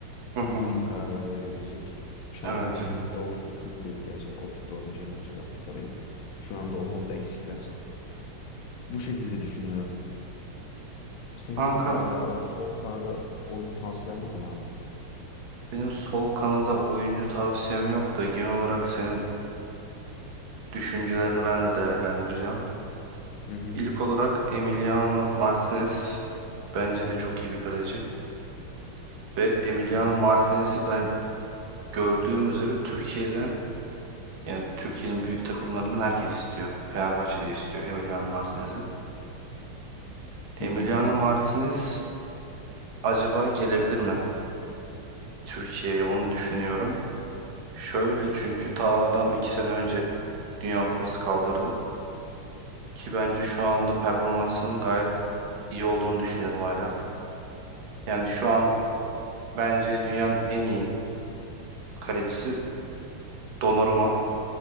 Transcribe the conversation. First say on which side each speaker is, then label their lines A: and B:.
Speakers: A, on the left; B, on the right.
A: Hızlı
B: Hı hı.
A: iyi kararlar verebilecek. Şampiyonlar
B: Evet.
A: Ligi'nde ona kesinlikle ihtiyacı var. O tip bir oyuncuya bence Galatasaray'ın. Şu anda o konuda eksikler. Bu şekilde düşünüyorum. Senin
B: Kanka
A: mesela o sol kanada oyuncu tavsiyen var mı abi?
B: benim sol kanada oyuncu tavsiyem yok da genel olarak senin düşüncelerini ben de değerlendireceğim.
A: Hı hı.
B: İlk olarak Emiliano Martinez bence de çok iyi bir kaleci. Ve Emiliano
A: Hı hı.
B: Martinez'i ben gördüğüm üzere Türkiye'den yani Türkiye'nin büyük takımlarından herkes istiyor. Fenerbahçe de istiyor Emiliano Martinez'i.
A: Hı
B: Emiliano
A: hı.
B: Martinez acaba gelebilir mi Türkiye'ye onu düşünüyorum. Şöyle çünkü ta adam iki sene önce Dünya Kupası kaldırdı. Ki bence şu anda performansının gayet iyi olduğunu düşünüyorum hala. Yani şu an bence dünyanın en iyi kalecisi Donnarumma.